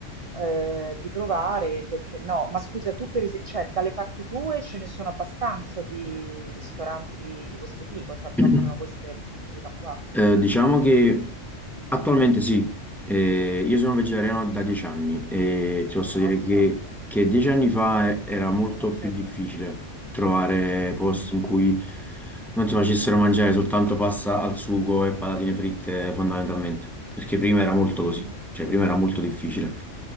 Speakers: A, on the right; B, in the centre.
A: eh, di provare, perché no? Ma scusa, tu per esempio, cioè, dalle parti tue ce ne sono abbastanza di ristoranti di questo tipo, cioè, che
B: <clears throat>
A: offrono queste possibilità qua?
B: Eh, diciamo che attualmente sì, Eh, io sono vegetariano da dieci anni e ti posso
A: No,
B: dire che,
A: tanto.
B: che dieci anni fa eh, era molto
A: Eh certo.
B: più difficile trovare
A: Mhm,
B: posti in cui non ti facessero mangiare soltanto pasta al sugo e patatine fritte fondamentalmente, perché prima era molto
A: mhm,
B: così, cioè prima era molto difficile.